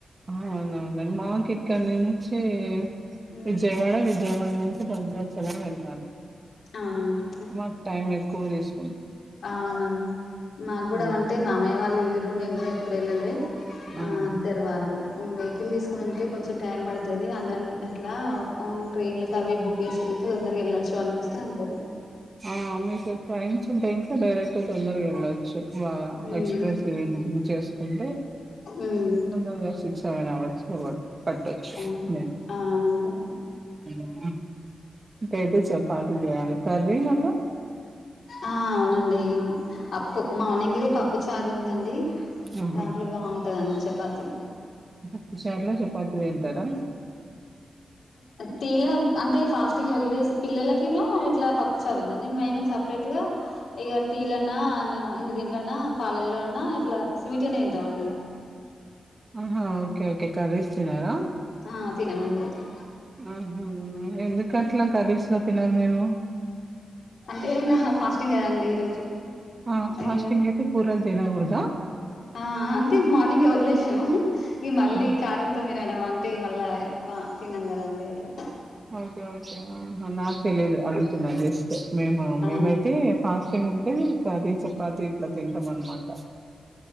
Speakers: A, on the right; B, on the left.
A: అవునవునండి మాకు ఇక్కడ నుంచి
B: ఉమ్
A: విజయవాడ విజయవాడ ను భద్రాచలం వెళ్ళాలి
B: అవునండి
A: మాకు టైం ఎక్కువ తీసు
B: అ అవునండి మాకు గూడామంటే
A: హ్మ్.
B: మా మయ్య వాళ్ళు ఎళ్ళిరు నేను గూడా ఎప్పుడు ఎళ్ళలే అ
A: ఆ
B: అంటారు వాళ్ళు వెహికల్ తీసుకునింటే కొంచెం టైం పడతది అందరం అట్లాన్ ట్రైన్లకి అవి బుక్ చేసు తొందరగా ఎళ్ళొచ్చు అనేస్తే అంటారు
A: ఆ మీకు ట్రైన్స్ ఉంటే డైరెక్ట్ తొందరగా ఎళ్ళొచ్చు వా
B: ఉమ్
A: ఎక్స్ప్రెస్ బుక్ చేసుకుంటే
B: ఉమ్
A: తొందరగా సిక్స్ సెవెన్ అవర్స్ స పట్టొచ్చు
B: ఆ
A: మెబి
B: అవునండి
A: మ్ ఇకైతే చెపాతీ చేయాలి కర్రీ మళ్ళ
B: ఆ అవునండి అప్పు మార్నింగ్ది పప్పు చారు ఉందండి
A: ఆహా
B: దాంట్లో బాగుంటదండి చపాతి
A: పప్పు చార్లో చపాతి తింటారా
B: టి లో అంటే ఫాస్టింగ్ వదిలేసి పిల్లలకి ఏమో ఇట్లా పప్పుచారు ఉందండి మేము సపరేట్ గా ఇగా టీలన్నా దీంట్లన్నా పాలల్లో అన్నా ఇట్లా స్వీట్ అనే తింటాం అండి ఇగా
A: ఆహా ఓకే ఓకే కర్రీస్ తీనరా
B: ఆ తినమండ అయితే
A: ఆహ ఎందుకట్లా కర్రీస్ లో తినరు మీరు
B: అంటే నా ఫాస్టింగ్ కదండి ఈ రోజు
A: ఆ ఫాస్టింగ్
B: అయ్య
A: అయితే కూరలు తినకూడదా
B: అ అంత మార్నింగ్ వదిలేసి ఈ మళ్ళీ
A: ఆ!
B: కారంతో తినడం అంటే ఈ మళ్ళా తిన్నాం గదండి అట్లా
A: ఓకే ఓకే అ నాకు తెలిదు అడుగుతున్నా జస్ట్ మేము మేమైతే
B: ఆ
A: ఫాస్టింగ్ ఉంటే కర్రీ చపాతి ఇట్లా తింటాం అనమాట